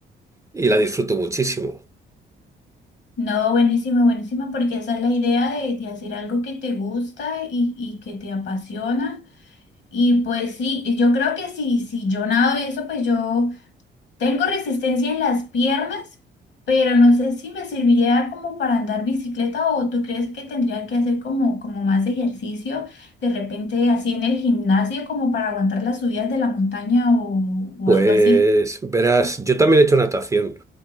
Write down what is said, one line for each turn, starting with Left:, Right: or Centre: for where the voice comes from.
Right: y la disfruto muchísimo.
Left: No, buenísimo, buenísimo, porque esa es la idea de, de hacer algo que te gusta y, y que te apasiona. Y pues sí, y yo creo que si, si yo nado y eso, pues yo tengo resistencia en las piernas, pero no sé si me serviría como para andar bicicleta o tú crees que tendría que hacer como, como más ejercicio, de repente así en el gimnasio, como para aguantar las subidas de la montaña o, o
Right: Pues
Left: algo así.
Right: verás, yo también he hecho natación